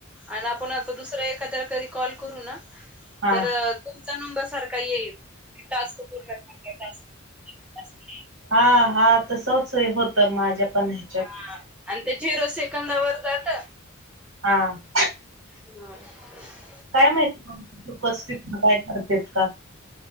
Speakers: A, in the centre; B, on the right.
A: आणि आपण आता दुसऱ्या एखाद्याला कधी कॉल करू ना
B: हा
A: तर तुमचा नंबर सारखा येईल ते टास्क पूर्ण करायला अस <unintelligible>
B: हा हा तसच होतं माझ्या पण ह्याच्यात
A: हा आणि ते झिरो सेकंदावर जात
B: हां
A: हम्म <unintelligible>
B: काय माहिती उपस्थित नाही काय करते का